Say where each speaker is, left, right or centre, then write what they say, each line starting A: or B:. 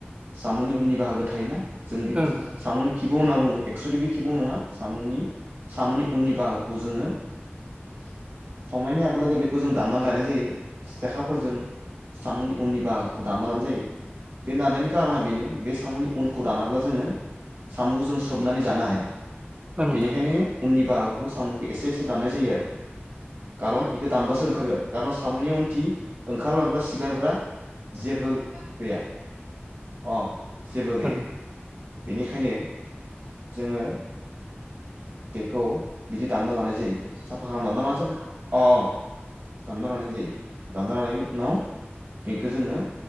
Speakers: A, on the right; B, on the right.
A: सामुनि उननि बाहागो थायोना जों दि
B: औ नोंथां
A: सामुनि खिबु होनना बुङो । एक्सुवेलि बे खिबु नङा सामुनि सामुनि उननि बाहागोखौ जोङो । संनायनि आगोल आगो बेखौ जों दामनानै लायनाय जायो सेेखाफोरजों । सामनि उननि बाहागोखौ दानना लानो जायो । बे दानायनि कारना बेनो बे सामुनि उनखौ दानाब्ला जोङो । सामुखौ जों सोबनानै जानो हाया
B: औ नोंथां
A: बेनिखायनो उननि बाहागोखौ साम'खौ एसे एसे दाननाय जायो आरो । खारन बेखौ दानबासो ओंखारगोन खारन साम'नि उनथि ओंखारलांग्रा सिगारग्रा जेबो गैया अ जेबो गैया
B: औ नोंथां
A: । बेनिखायनो जोङो बेखौ । बिदि दानना लानाय जायो साफा खालामना अ दानना लानाय जायो दानना लानायनि उनाव । बेखौ जोङो